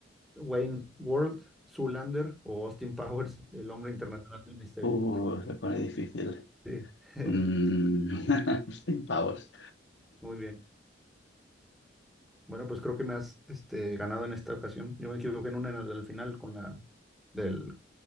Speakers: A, in the centre; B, on the left.
A: Wayne World, Zoolander o Austin Powers, el hombre internacional del misterio.
B: uh, se pone difícil.
A: Sí. <laughs>
B: Mm, <laughs> 100 pavos.
A: Muy bien. Bueno, pues creo que me has este, ganado en esta ocasión. Yo me equivoqué en una en el- al final con la del